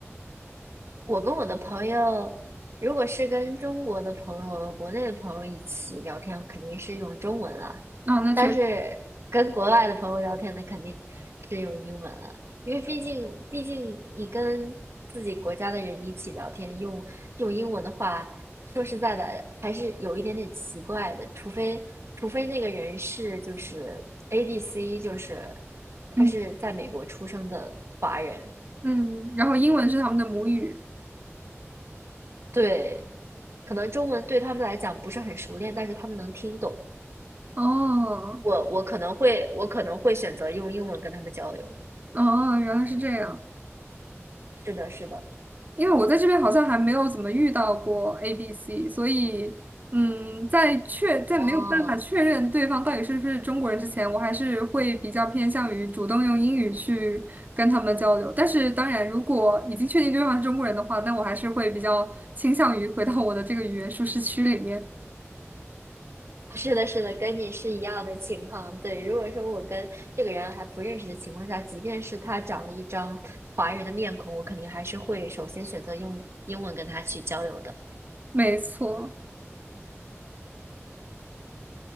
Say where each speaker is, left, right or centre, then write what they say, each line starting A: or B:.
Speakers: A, on the right; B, on the right.
A: 我跟我的朋友，如果是跟中国的朋友、国内的朋友一起聊天，肯定是用中文啦。
B: 啊，那确实。
A: 但是跟国外的朋友聊天那肯定是用英文了，因为毕竟毕竟你跟自己国家的人一起聊天，用用英文的话，说实在的，还是有一点点奇怪的。除非除非那个人是就是 A B C，就是他是在美国出生的华人，
B: 嗯。嗯，然后英文是他们的母语。
A: 对，可能中文对他们来讲不是很熟练，但是他们能听懂。
B: 哦，
A: 我我可能会我可能会选择用英文跟他们交流。
B: 哦，原来是这样。
A: 是的，是的，
B: 因为我在这边好像还没有怎么遇到过 A、B、C，所以，嗯，在确在没有办法确认对方到底是不是中国人之前，
A: 哦，
B: 我还是会比较偏向于主动用英语去跟他们交流。但是，当然，如果已经确定对方是中国人的话，那我还是会比较倾向于回到我的这个语言舒适区里面。
A: 是的，是的，跟你是一样的情况。对，如果说我跟这个人还不认识的情况下，即便是他长了一张华人的面孔，我肯定还是会首先选择用英文跟他去交流的。
B: 没错，